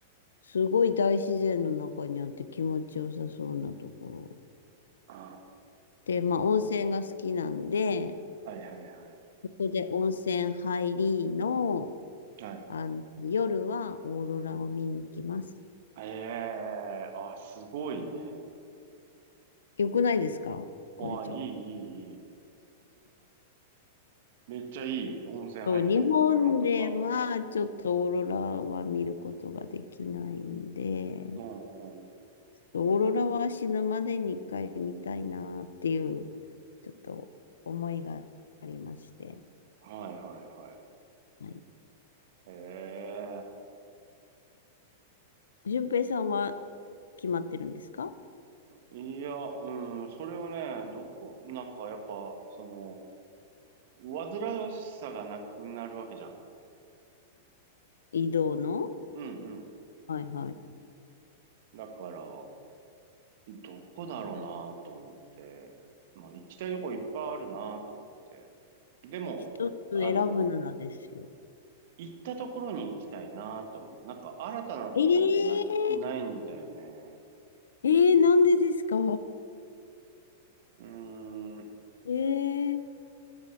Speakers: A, on the left; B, on the right.
A: すごい大自然の中にあって気持ちよさそうなところ。
B: あ
A: で、まあ、温泉が好きなんで、
B: ー、はいはいはい。
A: そこで温泉入りの、
B: はい。
A: あの、夜はオーロラを見に行きます。
B: うんええー、あ、すごいね。
A: よくないですかこれちょっ
B: あ、いいいいいい。めっちゃいい。温泉入ってオーロラとか。
A: と。日本ではちょっとオーロラは見ることができないんで、
B: うんうん。
A: ちょっとオーロラは死ぬまでに一回見たいなっていう、ちょっと思いがありまして。
B: はいはいはい。
A: はい。
B: へえ。
A: 順平さんは決まってるんですか
B: いや、うん、それをね、どこ、なんかやっぱ、その、煩わしさがなくなるわけじゃん。
A: 移動の
B: うんうん。
A: はいはい。
B: だから、どこだろうなと思って、まあ行きたいとこいっぱいあるなと思って。でも、
A: 一つ選ぶならですよ。
B: あの、行ったところに行きたいなと思う。なんか新たなところじゃない、
A: ええ
B: ないんだよね。
A: えー、なんでですか
B: うーん。
A: えー、